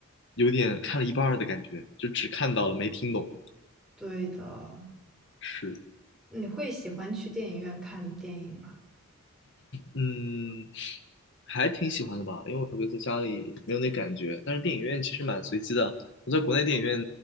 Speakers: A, on the left; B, in the centre.
A: 有点看了一半儿的感觉，就只看到了没听懂。
B: 对的，
A: 是。
B: 你会喜欢去电影院看电影吗？
A: 嗯，还挺喜欢的吧，因为我觉得在家里没有那感觉。但是电影院其实蛮随机的，我在国内电影院